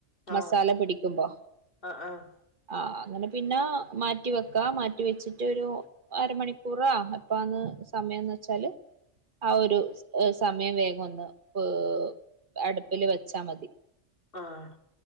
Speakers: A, on the right (about 45°); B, on the left (about 50°).
A: മസാല
B: ആഹ് ആഹ്
A: പിടിക്കുമ്പോ
B: ആഹ് ആഹ്
A: ആഹ് അങ്ങനെ പിന്നെ മാറ്റി മാറ്റി വെക്കാ മാറ്റി വെച്ചിട്ട് ഒരു അരമണിക്കൂറാ എപ്പന്ന് സമയന്ന്ചാൽ ആ ഒരു സമയം വേഗം ഒന്ന് <unintelligible> അടുപ്പില് വെച്ചാ മതി
B: ആഹ്